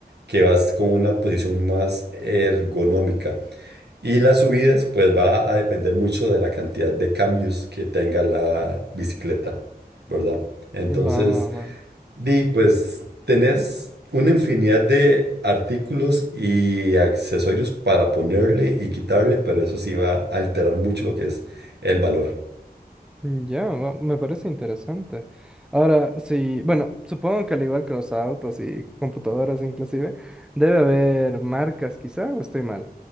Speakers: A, on the right; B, in the centre.
A: que vas con una posición más ergonómica. Y las subidas, pues va a depender mucho de la cantidad de cambios que tenga la bicicleta, ¿verdad? Entonces,
B: va, va.
A: di, pues tenés una infinidad de artículos y accesorios para ponerle y quitarle, pero eso sí va a alterar mucho lo que es el valor.
B: Mm, Ya, va- me parece interesante. Ahora, sí, bueno, supongo que al igual que los autos y computadoras inclusive, debe haber marcas quizá, o estoy mal.